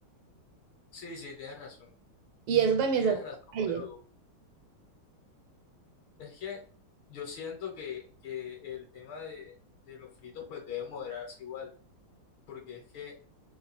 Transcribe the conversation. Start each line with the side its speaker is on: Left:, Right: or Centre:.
Left: sí, sí, tienes razón.
Right: Y eso también
Left: Tienes
Right: se hace en
Left: razón, pero
Right: la calle.
Left: es que yo siento que, que el tema de, de los fritos pues debe moderarse igual, porque es que